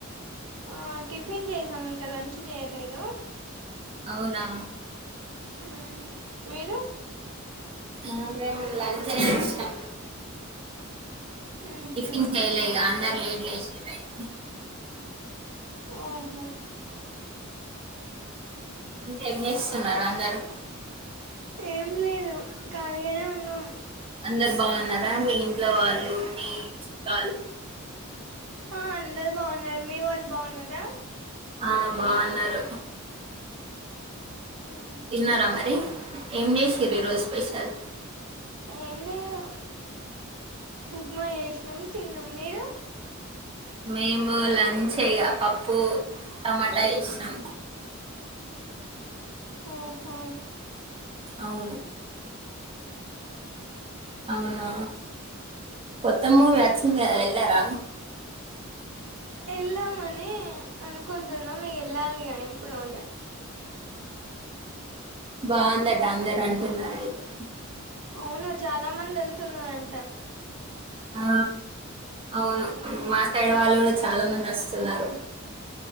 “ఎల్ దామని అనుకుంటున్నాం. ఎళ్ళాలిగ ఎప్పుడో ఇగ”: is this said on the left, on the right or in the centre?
Right